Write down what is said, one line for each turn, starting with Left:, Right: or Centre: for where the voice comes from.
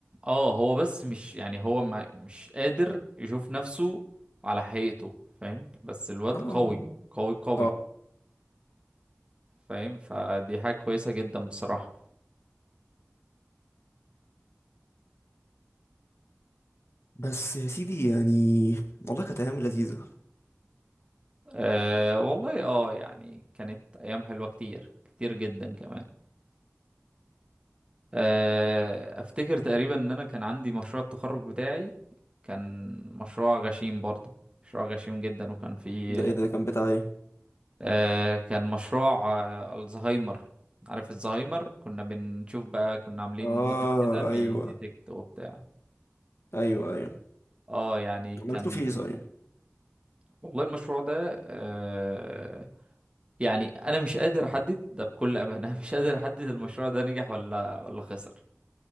Right: اه هو بس مش يعني هو ما مش قادر يشوف نفسه على حقيقته فاهم بس الواد
Left: اه
Right: قوي قوي قوي
Left: اه
Right: فاهم فدي حاجة كويسة جدا بصراحة
Left: بس يا سيدي يعني والله كانت أيام لذيذة
Right: أه والله اه يعني كانت ايام حلوة كتير كتير جدا كمان آه، افتكر تقريبا ان انا كان عندي مشروع التخرج بتاعي كان مشروع غشيم برضه مشروع غشيم جدا وكان فيه
Left: ده ايه ده كان بتاع ايه؟
Right: آه، كان مشروع آه، الزهايمر عارف الزهايمر كنا بنشوف بقى كنا عاملين
Left: اه
Right: موديل كده بيديتكت
Left: ايوه
Right: وبتاع
Left: ايوه ايوه
Right: اه يعني كان
Left: عملته فيه صحيح
Right: والله المشروع ده آه، يعني انا مش قادر احدد ده بكل امانه <laughs> مش قادر احدد المشروع ده نجح ولا ولا خسر